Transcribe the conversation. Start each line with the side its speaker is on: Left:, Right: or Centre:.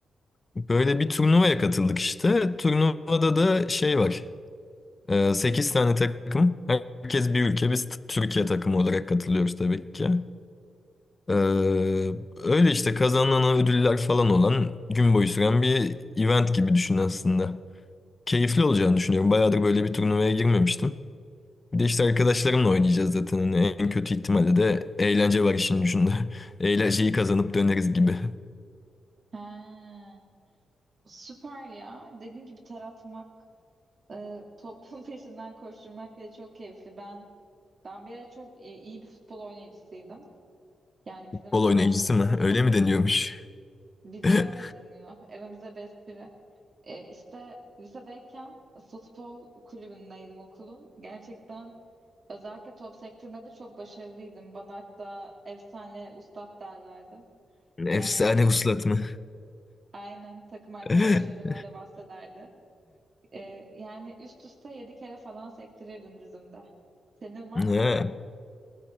Left: böyle bir turnuvaya katıldık işte. Turnuvada da şey var. Ee, sekiz tane takım. Herkes bir ülke. Biz t- Türkiye takımı olarak katılıyoruz tabii ki. Ee, öyle işte kazanılan ödüller falan olan gün boyu süren bir event gibi düşün aslında. Keyifli olacağını düşünüyorum. Bayağıdır böyle bir turnuvaya girmemiştim. Bir de işte arkadaşlarımla oynayacağız zaten. Hani en kötü ihtimalle de eğlence var işin ucunda. <laughs> Eğlenceyi kazanıp döneriz gibi.
Right: Ha, süper ya. Dediğin gibi ter atmak, e, topun <laughs> peşinden koşturmak bile çok keyifli. Ben ben bir ara çok iyi, iyi bir futbol oynayıcısıydım. Yani bizim
Left: Futbol
Right: eskiden
Left: oynayıcısı mı?
Right: kız
Left: Öyle mi deniyormuş?
Right: bizde
Left: <laughs>
Right: öyle deniyor. Aramızda bir espri. E, işte lisedeyken futbol kulübündeydim okulun. Gerçekten özellikle top sektirmede çok başarılıydım. Bana hatta efsane ustad derlerdi.
Left: Efsane
Right: Yani
Left: uslat mı?
Right: Aynen takım arkadaşlarım
Left: <laughs>
Right: öyle bahsederdi. Ee, yani üst üste 7 kere falan sektirirdim dizimde. Senin var
Left: Ha,
Right: mı rekorun?